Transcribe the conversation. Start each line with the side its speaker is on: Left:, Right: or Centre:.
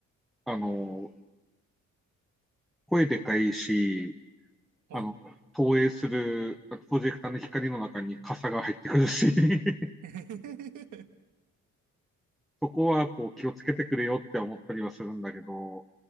Centre: あ、あの、声でかいし、
Right: はい。
Centre: あの、投影するプロジェクターの光の中に傘が入ってくるし、<laughs>
Right: <laughs>
Centre: そこはこう気をつけてくれよって思ったりはするんだけど、